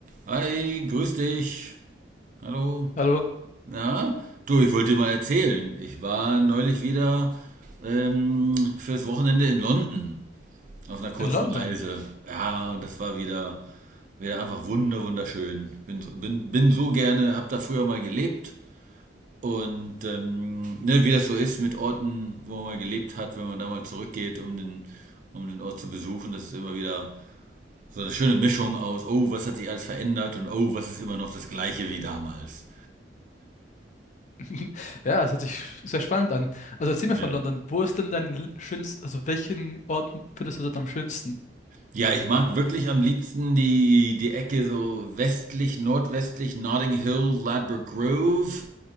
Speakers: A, on the right; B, on the left.
A: Hi, grüß dich. Hallo.
B: Hallo,
A: Na? Du, ich wollte dir mal erzählen. Ich war neulich wieder ähm, fürs Wochenende in London auf einer kurzen
B: in London.
A: Reise. Ja, und das war wieder, wieder einfach wunder, wunderschön. Bin, bin, bin so gerne, hab da früher mal gelebt. Und ähm, ne, wie das so ist mit Orten, wo man mal gelebt hat, wenn man da mal zurückgeht, um den, um den Ort zu besuchen, das ist immer wieder so eine schöne Mischung aus, oh, was hat sich alles verändert und oh, was ist immer noch das Gleiche wie damals.
B: <laughs> Ja, das hört sich sehr spannend an. Also erzähl mir
A: Ja.
B: von London. Wo ist denn dein l- schönst, also welchen Ort findest du dort am schönsten?
A: Ja, ich mag wirklich am liebsten die, die Ecke so westlich, nordwestlich, Notting Hill, Ladbroke Grove.